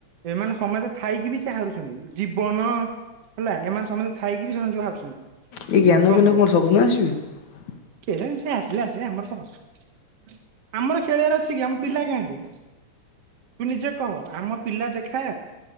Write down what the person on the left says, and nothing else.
ଏଇ ଜ୍ଞାନ
ଫାନ <inaudible>